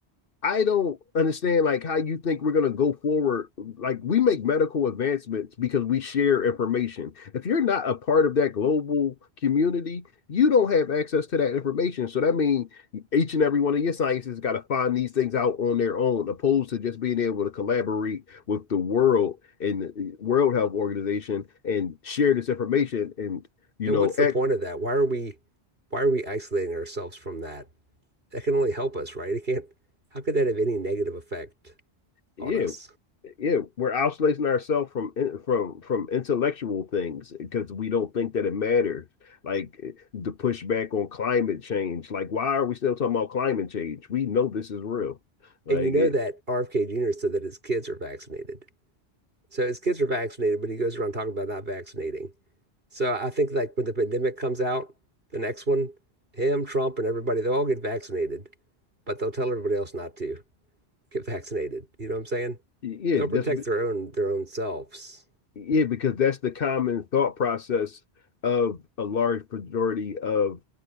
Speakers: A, on the left; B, on the right.
A: I don't understand like how you think we're gonna go forward. Like we make medical advancements because we share information. If you're not a part of that global community, you don't have access to that information. So that means each and every one of your scientists got to find these things out on their own, opposed to just being able to collaborate with the world and the World Health Organization and share this information and you
B: And
A: know
B: what's the
A: act
B: point of that? Why are we why are we isolating ourselves from that? That can only help us, right? It can't how could that have any negative effect
A: you
B: on us?
A: yeah, we're isolating ourselves from from from intellectual things because we don't think that it matters. Like the pushback on climate change. Like, why are we still talking about climate change? We know this is real. Like,
B: And you know
A: it,
B: that RFK Jr. said that his kids are vaccinated. So his kids are vaccinated, but he goes around talking about not vaccinating. So I think like when the pandemic comes out, the next one, him, Trump, and everybody, they'll all get vaccinated, but they'll tell everybody else not to get <laughs> vaccinated. You know what I'm saying?
A: yeah,
B: They'll
A: just
B: protect their own their own selves
A: yeah, because that's the common thought process of a large majority of,